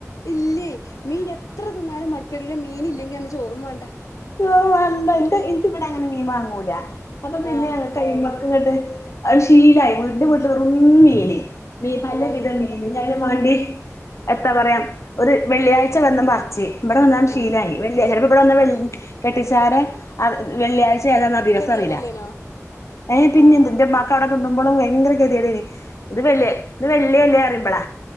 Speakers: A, on the left; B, on the left.
A: ഇല്ലേ മീനെ എത്ര തിന്നാലും മടുപ്പ് വരില്ല മീൻ ഇല്ലെങ്കി അന്ന് ചോറും വേണ്ട
B: <unintelligible> എനിക്ക് ഇവിട അങ്ങന മീൻ വാങ്ങൂല്ല അപം പിന്നെ
A: ആഹ്
B: അങ്ങക് കയ്യുമ്പ ങ്ങട്ട് അഹ് ശീലായി വിണ്ടു വിണ്ടു റും മീന് മീ പല
A: അതാണ്
B: വിധ മീനുക <unintelligible> മാണ്ട്യഹ് എത്ത പറയാ ഒരു വെള്ളിയാഴ്ച വന്നമ്പറിച്ച് ഇവട വന്നാണ്ട് ശീലായി
A: ആഹ്
B: വെള്ളിയാ ചെലപ്പം ഇവട വന്ന വെള്ളി കെട്ടിച്ചാരെ ആ വ് വെള്ളിയാഴ്ച
A: ആഹ്
B: ഏതന്ന അ ദിവസ
A: ഗതികേടല്ലേനോ
B: അറീല ഏ പിന്നെന്ത്
A: ആഹ്
B: ന്റെ മ്മാക് ആടെ ത്ത്ന്ന്മ്പളു വയങ്കരത് ക്കെദ്ദ്യേടേനി ഇത് വെള്ളി ഇത് വെള് ള്ളിയെല്ലേ അറിയുമ്പള